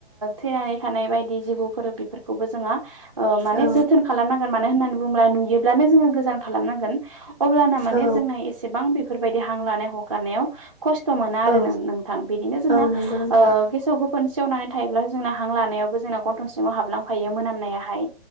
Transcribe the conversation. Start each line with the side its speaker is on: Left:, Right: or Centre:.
Right: थैनानै थानाय बायदि जिबौफोर बेफोरखौबो जोंहा माने
Centre: औ
Right: जोथोन खालामनांगोन मानो होननानै बुङोब्ला नुयोब्लानो जोङो गोजान खालामनांगोन अब्लाना माने
Centre: औ
Right: जोंना एसेबां बेफोरबायदि हां लानाय हगारनायाव खस्थ' मोनो
Centre: औ
Right: नो नोंथां जोंना
Centre: औ नंगौ नोंथां
Right: ओ गेसाव गोफोन खनसेयाववनानै थायोब्ला जोंना हां लानायावबो जोंना गथं सिङाव हाबलांफायो मोनामनायाहाय